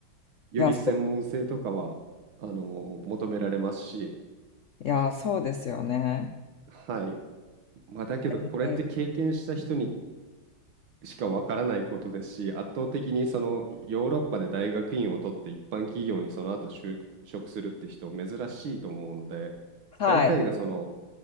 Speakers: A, on the right; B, on the left.
A: より専門性とかは、
B: いや、そ
A: あの、求められますし、
B: ういや、そうですよね。
A: はい。まあ、だけど、これって経験した人に
B: え、
A: しかわからないことですし、圧倒的にそのヨーロッパで大学院を取って一般企業にその後就職するって人珍しいと思うので、
B: はい。
A: 大体がその